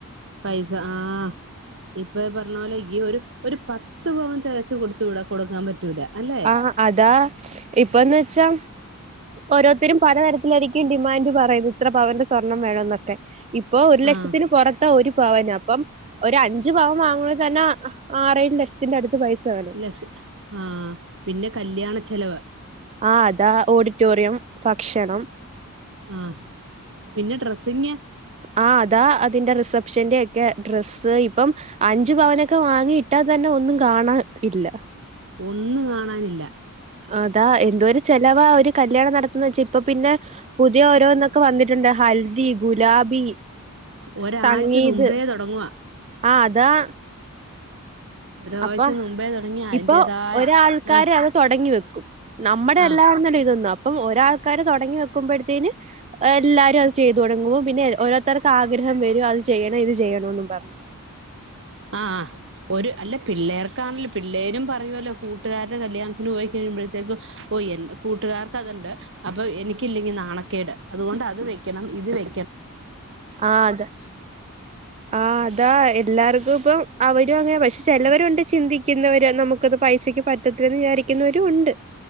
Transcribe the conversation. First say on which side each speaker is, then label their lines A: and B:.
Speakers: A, on the right (about 60°); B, on the right (about 30°).
A: പൈസ ആഹ് ഇപ്പൊ പറഞ്ഞ പോലെ ഈ ഒരു ഒരു പത്ത് പവൻ തികച്ച് കൊടുത്തു വിട കൊടുക്കാൻ പറ്റൂല അല്ലെ
B: ആഹ് അതാ ഇപ്പന്ന്വെച്ചാ ഓരോരുത്തരും പലതരത്തിലായിരിക്കും ഡിമാൻഡ് പറയുന്നത്. ഇത്ര പവന്റെ സ്വർണം വേണം എന്നൊക്കെ ഇപ്പൊ ഒരു
A: ആഹ്
B: ലക്ഷത്തിന് പുറത്ത ഒരു ന അപ്പം ഒ അഞ്ച് പാവം വാങ്ങുന്നത് തന്നെ ആറേഴു ലക്ഷത്തിന്റെ അടുത്ത് പൈസ വേണം
A: ലക്ഷ ആ പിന്നെ കല്യാണ ചെലവ്
B: ആ അതാ ഓഡിറ്റോറിയം ഭാക്ഷണം
A: ആഹ പിന്നെ ഡ്രസ്സിങ്
B: ആ അതാ അതിന്റെ റിസപ്ഷന്റെ ഒക്കെ ഡ്രസ്സ് ഇപ്പം അഞ്ചു പവനൊക്കെ വാങ്ങിയിട്ടാ തന്നെ ഒന്നും കാണാ ഇല്ല.
A: ഒന്നും കാണാനില്ല.
B: അതാ എന്തോ ഒരു ചെലവാ ഒരു കല് കല്യാണം നടത്തുന്നത് വെച്ച ഇപ്പ പിന്നെ പുതിയ ഓരോന്നൊക്കെ വന്നിട്ടുണ്ട് ഹൽദി ഗുലാബി
A: ഒരാഴ്ച
B: സംഗീത്
A: മുമ്പേ തുടങ്ങുവാ
B: ആഹ് അതാ
A: ഒരാഴ്ച
B: അപ്പൊ
A: മുമ്പേ തുടങ്ങി. അതിന്റേതായ
B: ഇപ്പൊ ഒരാൾക്കാര്
A: ആഹ്
B: അത് തുടങ്ങി വെക്കും നമ്മുടെ
A: ആഹ്
B: അല്ലാരുന്നെല്ലോ ഇതൊന്നും അപ്പം ഒരാൾ ക്കാര് തുടങ്ങി വെക്കുമ്പോഴത്തേന് എല്ലാരും അത് ചെയ്തു തുടങ്ങുമ്പോ പിന്നെ ഓരോത്തർക്ക് ആഗ്രഹം വരും. അത് ചെയ്യണം ഇത് ചെയ്യണന്നും പറഞ്ഞു.
A: ആ ഒരു അല്ല പിള്ളേർക്കാണല്ലോ പിള്ളേരും പറയുമല്ലോ കൂട്ടുകാരുടെ കല്യാണത്തിന് പോയി കഴിയുമ്പോഴത്തേക്കും ഓ എന്റെ കൂട്ടുകാർക്ക് അതുണ്ട് അപ്പൊ എനിക്കില്ലെങ്കി നാണക്കേട് അതുകൊണ്ട് അത് വെക്കണം ഇത് വെ
B: ആഹ് അതാ ആഹ് അതാ എല്ലാർക്കും ഇപ്പം അവരും അങ്ങനെ പക്ഷെ ചിലവരുണ്ട് ചിന്തിക്കുന്നവര് നമുക്കത് പൈസക്ക് പറ്റത്തില്ലെന്ന് വിചാരിക്കുന്നവരും ഉണ്ട്